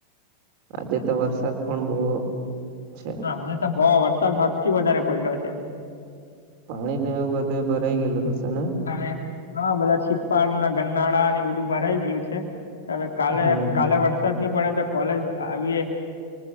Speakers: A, on the right (about 45°); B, on the left (about 70°).
A: આજે તો વરસાદ પણ બહુ છે.
B: હા આજે તો બહુ વરસાદ હદ થી વધારે પડ્યો છે.
A: પાણી ને એવું બધે ભરાઈ ગયેલું હશે ને?
B: હા રે હા બધા છીપ્પાડ ના ગનનાળા ને એ બધું ભરાઈ ગયેલું છે. અવે કાલે,
A: હમ
B: કાલે વરસાદ નહી પડે તો કોલેજ આવીયે.